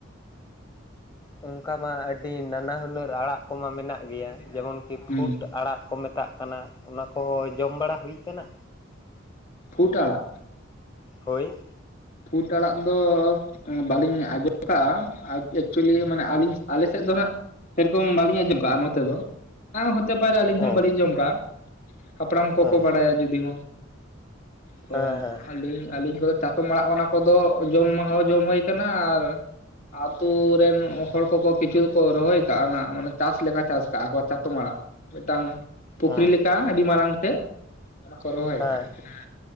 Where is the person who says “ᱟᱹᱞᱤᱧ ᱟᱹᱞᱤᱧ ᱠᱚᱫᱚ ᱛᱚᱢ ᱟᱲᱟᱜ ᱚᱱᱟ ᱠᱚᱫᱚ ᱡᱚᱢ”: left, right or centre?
Left